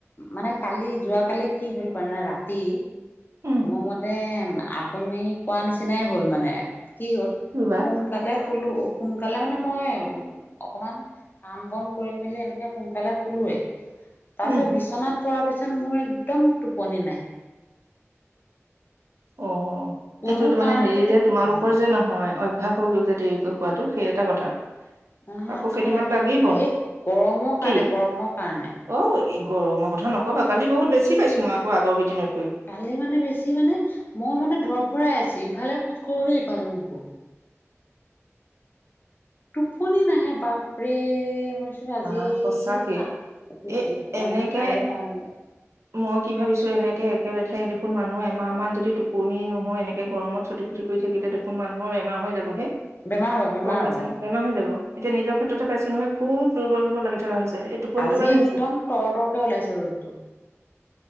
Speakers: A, on the left; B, on the right.
A: মানে কালি যোৱ কালি কি হ'ল বনানে ৰাতি
B: উম
A: মোৰ মতে আপুনি কোৱা নিচিনাই হ'ল মানে কি হ'ল
B: কিবা
A: সোনকালে খোলোঁ। সোনকালে মানে মই অকমান কাম বন কৰিম মেলি এনেকে সোনকালে খোলোঁ। তাৰপিছত
B: উম
A: বিচনাত পৰা পিছত মোৰ একদম টোপনি নাই।
B: অ'
A: কোনো
B: এইটো
A: কাৰণতে
B: মানে হেৰি
A: টোপনি
B: যে তোমালোকৰ
A: নাহে।
B: যে নহয় অভ্যাস হৈ গ'ল যে দেৰিকৈ শুৱাতো, সেই এটা কথা
A: নহয়
B: আকৌ
A: নহ
B: কেইদিনমান
A: এইটো
B: লাগিব
A: বুলি নহ এই গৰমৰ কাৰণে,
B: কি
A: গৰমৰ কাৰণে।
B: অ এই গৰমৰ কথা ন'কবা কালি বহুত বেছি পাইছোঁ। মই আকৌ আগৰকেইদিনত
A: কালি মানে, বেছি মানে? মই মানে ধৰ ফৰাই আছোঁ। ইফালে মুখ কৰোঁ নে সিফালে মুখ কৰোঁ। টোপনি নাহে বাপৰে মই ছো আজি
B: আহ সঁচাকে
A: সা উ
B: এ
A: উ
B: এনেকে
A: মানে সাৰে পাওঁ নেকি?
B: মই কি ভাবিছোঁ। এনেকে একে লেঠাই দেখোন মানুহ এমাহ মান যদি টোপনি নহয় এনেকে গৰমত চটি ফটি কৰি থাকিলে দেখোন মানুহৰ বেমাৰ হৈ যাবগৈ
A: বেমাৰ হ'ব বেমাৰ
B: গ'ম পাইছেনে
A: হ'ব।
B: বেমাৰ হৈ যাব। এতিয়া নিজৰ ক্ষেত্ৰতে পাইছোঁ নহয়। সুব দুৰ্বল দুৰ্বল লাগি থকা হৈছে। এই টোপনিটো
A: আজি
B: কাৰণে
A: একদম
B: হৈছে
A: তৰ তৰকে ওলাইছে ৰ'দটো।